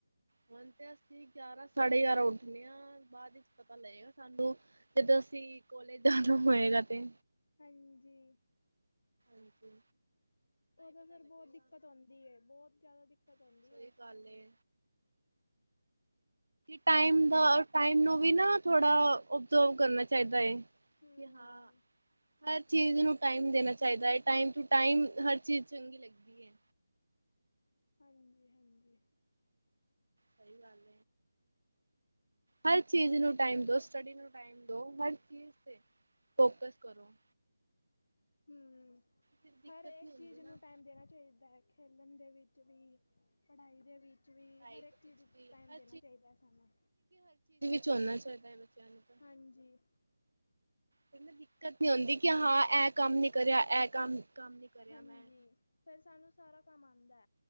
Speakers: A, on the right; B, on the left.
A: ਹੁਣ ਤੇ ਅਸੀਂ ਗਿਆਰਾਂ ਸਾਢੇ ਗਿਆਰਾਂ ਉੱਠਦੇ ਹਾਂ ਬਾਅਦ ਵਿੱਚ ਪਤਾ ਲਏਗਾ ਸਾਨੂੰ ਤੇ ਅਸੀਂ ਕੋਲੇਜ ਜਾਣਾ ਹੋਏਗਾ ਤੇ
B: ਹਾਂਜੀ
A: ਹਠਜੀ
B: ਉਹ ਤਾਂ ਫੇਿਰ ਬਹੁਤ ਦਿੱਕਤ ਆਉਂਦੀ ਹੈ ਬਹੁਤ ਜ਼ਿਆਦਾ ਦਿੱਕਤ ਆਉਂਦੀ
A: ਸਹੀ
B: ਹੈ ਉਸ
A: ਗੱਲ
B: ਟਾਈਮ
A: ਏ ਟਮ
B: ਹੋਰ
A: ਦਾ ਟਾਈਮ ਨੂੰ ਵੀ ਨਾ ਥੋੜਾ ਓਬਜ਼ੋਰਵ ਕਰਨਾ ਚਾਹੀਦਾ ਹੈ
B: ਹਮ
A: ਕਿ ਹਾਂ ਹਰ ਚੀਜ਼ ਨੂੰ ਟਾਈਮ ਦੇਣਾ ਚਾਹੀਦਾ ਹੈ ਟਮ ਟ ਟਮ ਹਰ ਚੀਜ਼ ਚੰਗੀ ਲੱਗਦੀ ਹੈ
B: ਹਾਂਜੀ ਹਾਂਜੀ
A: ਸਹੀ ਗੱਲ ਹਰ ਚੀਜ਼ ਨੂੰ ਟਾਈਮ ਦੋ ਸਟੱਡੀ ਨੂੰ ਟਾਈਮ ਦਓ ਹਰ ਚੀਜ਼ ਤੇ ਫੋਕਸ ਕਰੋ
B: ਹਮ
A: ਫਿਰ ਦਿੱਕਤ
B: ਹਰ ਇੱਕ
A: ਨਹੀਂ ਹੁੰਦੀ
B: ਚੀਜ਼ ਨੂੰ
A: ਨਾ
B: ਟਾਈਮ ਦੇਣਾ ਚਾਹੀਦਾ ਹੈ ਖੇ ਪਲਣ ਦੇ ਵਿੱਚ ਵੀ, ਪੜ੍ਹਾਈ ਦੇ ਵਿੱਚ ਵਿੱਚ ਵੀ,
A: ਲਾਈਫ
B: ਹਰ ਇੱਕ
A: ਐਕਸਪੀਰੀਅੰਸ
B: ਚੀਜ਼ ਟਾਈਮ
A: ਹਰ
B: ਦੇਣਾ ਚਾਹੀਦਾ, ਸਾਨੂੰ।
A: ਝਨਾ ਚਾਹੀਦਾ ਹੈ, ਬੱਚਿਆਂ ਨੂੰ ਤਾਂ,
B: ਹਾਂਜੀ
A: ਕਹਿੰਦਾ ਦਿੱਕਤ ਨੀ ਆਉਂਦੀ ਕਿ, ਹਾਂ। ਇਹ ਕੰਮ ਨਹੀਂ ਕਰਿਆ, ਇਹ ਕੰਮ ਕੰਮ ਨਹੀਂ ਕਰਿਆ
B: ਹਾਂਜੀ।
A: ਮੈਂ
B: ਫੇਰ, ਸਾਨੂੰ ਸਾਰਾ ਕੰਮ ਆਂਦੈ।